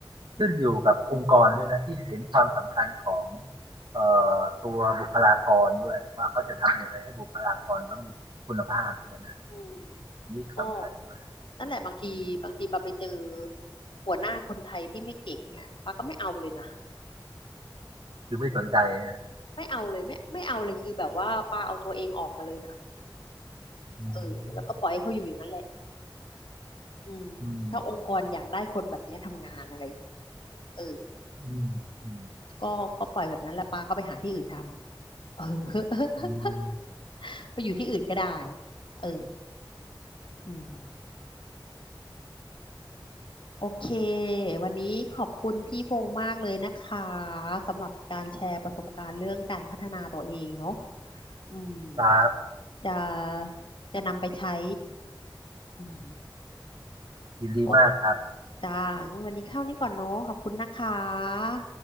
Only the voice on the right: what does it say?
ขึ้นอยู่กับองค์กรด้วยนะที่เห็นความสำคัญของเอ่อตัวบุคลากรด้วยว่าเขาจะทำยังไงให้บุคลากรเขามีคุณภาพด้วยนะ
นี่สำคัญด้วยนะ
คือไม่สนใจนะ
อื
ม
อืม
อืมอืม
อืม
ครับ
ยินดีมากครับ